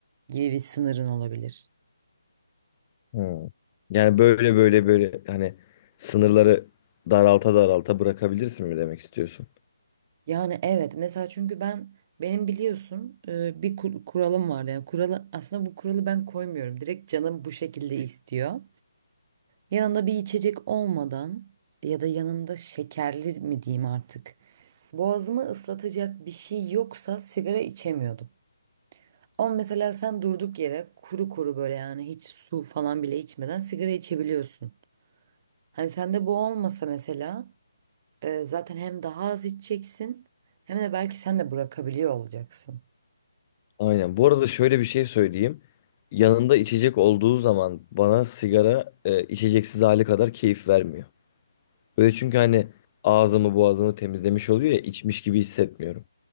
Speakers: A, on the right; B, on the left.
A: gibi bir sınırın olabilir.
B: Hmm. Yani böyle böyle böyle hani sınırları daralta daralta bırakabilirsin mi demek istiyorsun?
A: Yani evet mesela çünkü ben benim biliyorsun e, bir kur- kuralım var yani kuralı aslında bu kuralı ben koymuyorum. Direkt canım bu şekilde istiyor. Yanında bir içecek olmadan ya da yanında şekerli mi diyeyim artık. Boğazımı ıslatacak bir şey yoksa sigara içemiyordum. Ama mesela sen durduk yere kuru kuru böyle yani hiç su falan bile içmeden sigara içebiliyorsun. Hani sende bu olmasa mesela e, zaten hem daha az içeceksin hem de belki sen de bırakabiliyor olacaksın.
B: Aynen. Bu arada şöyle bir şey söyleyeyim. Yanında içecek olduğu zaman bana sigara e, içeceksiz hali kadar keyif vermiyor. Böyle çünkü hani ağzımı boğazımı temizlemiş oluyor ya içmiş gibi hissetmiyorum.